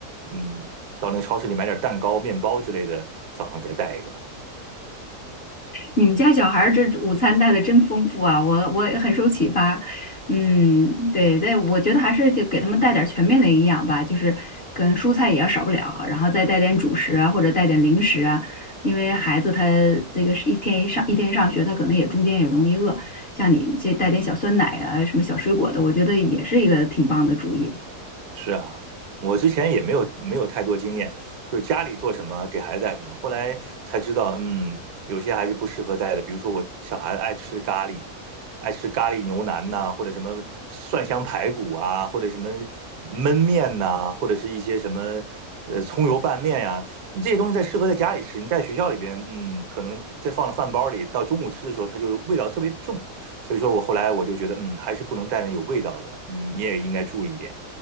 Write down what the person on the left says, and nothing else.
你们家小孩儿这午餐带的真丰富啊，我我也很受启发。嗯，对对，我觉得还是就给他们带点儿全面的营养吧，就是跟蔬菜也要少不了，然后再带点主食啊，或者带点零食啊，因为孩子他这个是一天一上一天上学，他可能也中间也容易饿，像你这带点小酸奶啊，什么小水果的，我觉得也是一个挺棒的主意。